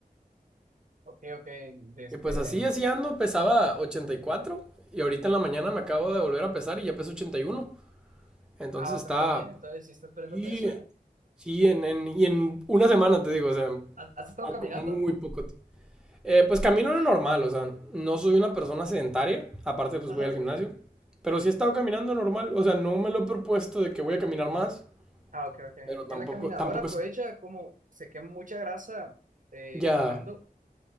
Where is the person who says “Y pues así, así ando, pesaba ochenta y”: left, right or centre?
Centre